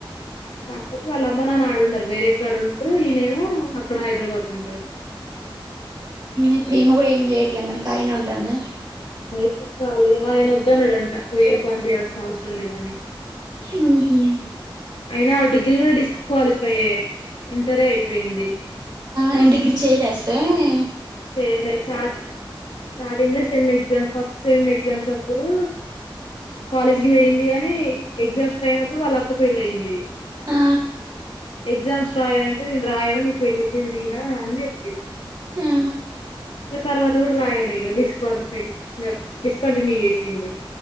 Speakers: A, on the left; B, on the right.
A: కాకపోతే వాళ్ళు అమ్మ, నాన్న ఆడ ఉండరు. వేరే కాడ ఉంటారు. ఈయనేమో అక్కడ హైదరాబాద్ లో అక్కడ ఉంటాడు.
B: ఇప్పుడు ఈమె కూడా ఏమి చేయట్లేదు మరి కఖాళీగానే ఉంటుందా?
A: ఎప్పుడు ఖాళీ ఆయన వద్దాన్నాడంట నువ్వ ఏం పని చేయాల్సిన అవసరం లేదని.
B: ఉ హు
A: అయినా డిగ్రీ కూడా డిస్క్వాలిఫై యే ఇంటరే అయిపోయింది.
B: ఆ డిగ్రీ చేయదేశాలు.
A: చేయలే స్టార్ స్టార్టింగ్ లో sem exam. First sem exams అప్పుడు కాలేజ్ కి పోయింది గానీ, ఎగ్జామ్స్ టైం అప్పుడు వాళ్ళ అక్క పెళ్ళి అయింది.
B: ఆ
A: ఎగ్జామ్స్ రాయి అంటే నేను రాయను నేను పెళ్ళికే తిరిగినా అని చెప్పింది
B: ఆ
A: ఇగా తర్వాత కూడా రాయాలే ఇగా డిస్కాలిఫై ఇగా డిస్కంటిన్యూ చేసింది